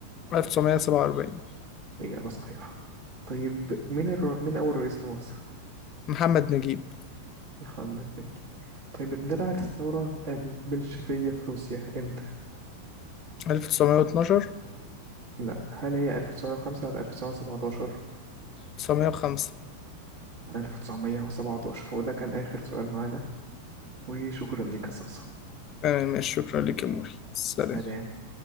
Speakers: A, on the left; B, on the right.
A: 1947
B: إجابة صحيحة طيب مين الر... مين أول رئيس لمصر؟
A: محمد نجيب
B: محمد نجيب طيب اندلعت الثورة البلشفية في روسيا إمتى؟
A: 1912
B: لا هل هي 1905 ولا 1917؟
A: 905
B: 1917 وده كان آخر سؤال معانا وشكرا ليك يا صاصة
A: تمام شكرا لك يا موري سلام
B: سلام